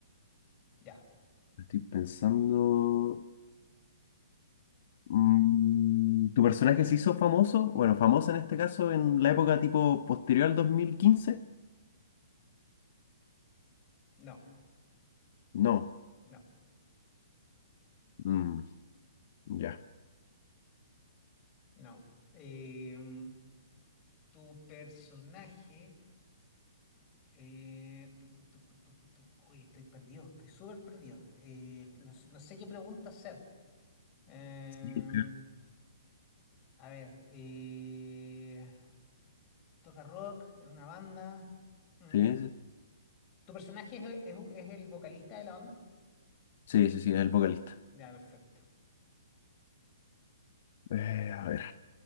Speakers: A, on the left; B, on the left.
A: Ya,
B: Estoy pensando. Mm, ¿Tu personaje se hizo famoso? Bueno, famoso en este caso en la época tipo posterior al dos mil quince,
A: no,
B: No.
A: no,
B: Mm, ya.
A: no. Em, tu personaje. Eh, tucu, tucu, tucu, tucu. Uy, estoy perdido, estoy súper perdido. Eh, no sé, no sé qué pregunta hacer. Em,
B: Sí, sí,
A: a ver, eh, toca rock, era una banda. Mm.
B: sí,
A: ¿Tu personaje es, es- es el vocalista de la banda?
B: sí, sí, sí, es el vocalista.
A: Ya, perfecto.
B: Eh, a ver,